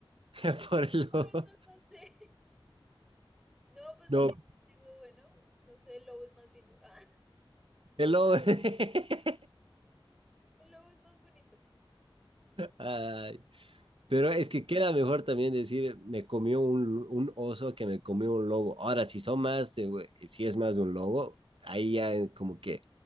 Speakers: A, on the right; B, in the centre.
A: <laughs> Por el
B: La
A: lobo.
B: verdad no sé. No, pues
A: No,
B: lo pienso, digo, bueno, no sé, el lobo es más lindo. <laughs> Ah,
A: el lobo. <laughs>
B: el lobo es más bonito.
A: Ay, Pero es que queda mejor también decir, me comió un, un oso que me comió un lobo. Ahora, si son más de, si es más de un lobo, ahí ya como que